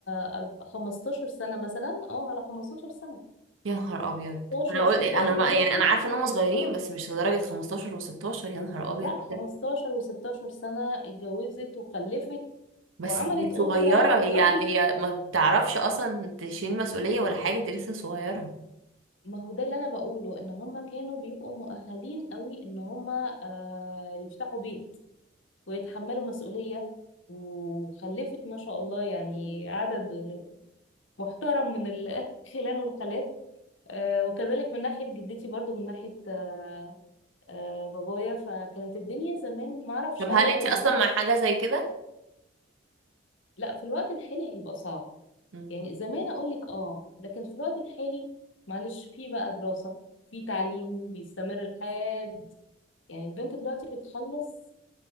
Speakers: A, on the left; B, on the right.
A: أرب- 15 سنة مثلا اه على 15 سنة
B: يا نهار ابيض
A: 15
B: انا
A: 16
B: قلت إيه، انا ما
A: هو
B: يعني
A: السن
B: انا عارفة ان هم صغيرين بس مش لدرجة 15 و16 يا نهار ابيض
A: لا 15
B: إيه ده؟
A: و16 سنة اتجوزت وخلفت
B: بس
A: وعملت
B: دي
A: أسرة
B: صغيرة
A: وربت
B: هي هي ما بتعرفش اصلا تشيل مسؤولية ولا حاجة دي لسه صغيرة
A: ما هو ده اللي انا بقوله ان هم كانوا بيبقوا مؤهلين قوي ان هم آه يفتحوا بيت ويتحملوا مسؤولية وخلفت ما شاء الله يعني عدد محترم من ال- <laughs> الخلان والخالات آه وكذلك من ناحية جدتي برضو من ناحية آه آه بابايا فكانت الدنيا زمان ما اعرفش
B: طب
A: هل
B: هل
A: هي
B: انتي
A: كانت
B: اصلا
A: الدنيا
B: مع حاجة زي كده؟
A: لا في الوقت الحالي هيبقى صعب
B: مم.
A: يعني زمان اقول لك اه لكن في الوقت الحالي معلش في بقى دراسة في تعليم بيستمر لحد يعني البنت دلوقتي بتخلص